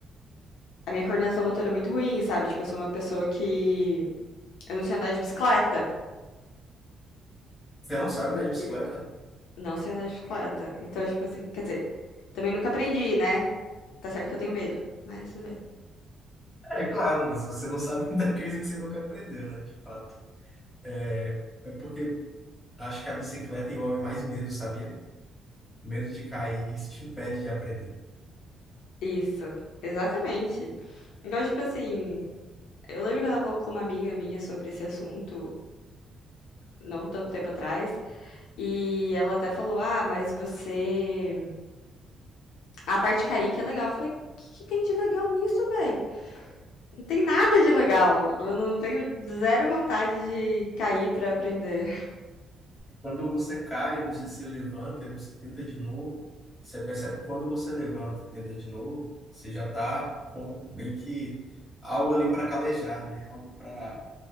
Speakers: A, on the left (about 80°); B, on the left (about 15°).
A: A minha coordenação motora é muito ruim, sabe, tipo, eu sou uma pessoa que eu não sei andar de bicicleta,
B: Você não sabe andar
A: porque
B: de bicicleta?
A: não sei andar de bicicleta. Então, tipo assim, quer dizer, também nunca aprendi, né. Tá certo que eu tenho medo, mas tudo bem.
B: É claro, né? Se você não sabe <laughs> andar, é coisa que você nunca aprendeu, né? De fato. É é porque acho que a bicicleta envolve mais medo, sabia? Medo de cair. Isso te impede de aprender.
A: Isso, exatamente. Então, tipo assim, Eu lembro que eu tava falando com uma amiga minha sobre esse assunto, não tanto tempo atrás, e ela até falou: Ah, mas você. A parte caíque é legal. Eu falei: O que que tem de legal nisso, véi? Não tem nada de legal. Eu não tenho zero vontade de cair pra aprender.
B: Quando você cai, você se levanta e você tenta de novo. Você percebe que quando você levanta e tenta de novo, você já está com meio que algo ali para calejar, né? Algo para